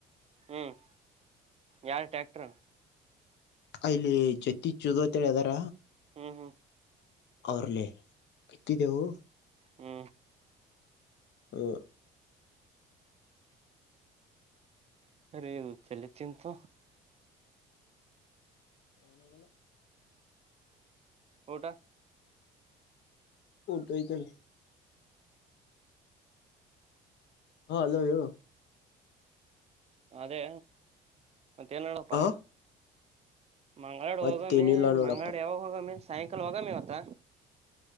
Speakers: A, on the right; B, on the left.
A: ಹ್ಮ್ ಯಾರ ಟ್ಯಾಕ್ಟರ
B: ಅಲ್ಲಿ ಜತ್ತ ಚದುಂತೇಳಿ ಅದಾರ
A: ಹಾ ಹಾ
B: ಅವರ್ಲೆೇ ಬಿತ್ತಿದ್ದೆವು
A: ಹ್ಮ
B: ಹ
A: ಅರಿ ಇದು ತಲಿ ತಿಂತು
B: ಏನಾಗಲ್ಲ
A: ಊಟ
B: ಊಟ ಐಯತಲ ಹಾ ಹಲೋ ಹೇಳು
A: ಅದೇ ಮತ್ತೇನ್ಡಪ್ಪಾ
B: ಆ
A: ಮಂಗ್ಗಳಾಡು
B: ಮತ್ತೇನಿಲ್ಲ
A: ಹೋಗ ಮಿ
B: ನೋಡಪ್ಪ
A: ಮಂಗಡ್ ಯಾವಾಗ ಹೋಗ ಮಿ ಸಾಯಂಕಾಲ ಹೋಗಾಮಿ ಇವತ್ತ